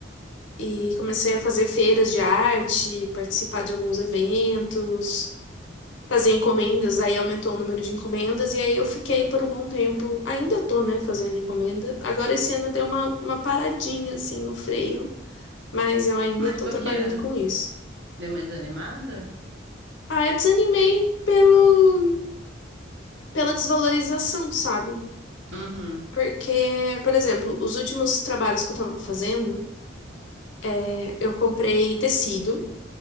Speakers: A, on the left; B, on the right.
A: E comecei a fazer feiras de arte, participar de alguns eventos, fazer encomendas, aí aumentou o número de encomendas, e aí eu fiquei por um bom tempo. Ainda tô, né, fazendo encomenda. Agora esse ano deu uma, uma paradinha, assim, no freio, mas eu ainda
B: Mas
A: tô
B: por
A: trabalhando
B: quê?
A: com isso.
B: Deu uma desanimada?
A: Ah, eu desanimei pelo, pela desvalorização, sabe?
B: Uhum.
A: Porque, por exemplo, os últimos trabalhos que eu tava fazendo, é, eu comprei tecido.